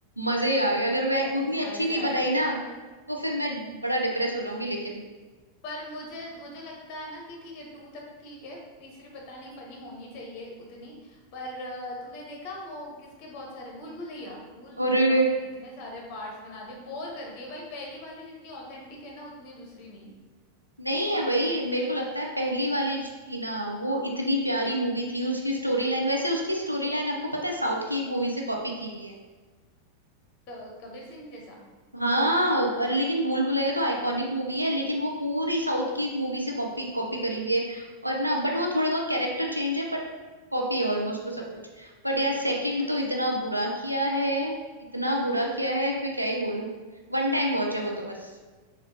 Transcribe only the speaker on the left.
मजे
आएंगे
पर मुझे मुझे लगता है ना कि ठीक है टू तक ठीक है तीसरी पता नहीं फनी होनी चाहिए उतनी पर अ, तुमने देखा वो किसके बहुत सारे भूल भुलैया भूल भुलैया
के कितने सारे पार्ट्स बना दिए बोर कर दिए भाई पहली वाली जितनी ऑथेंटिक है ना उतनी दूसरी नहीं है
क- कबीर सिंह जैसा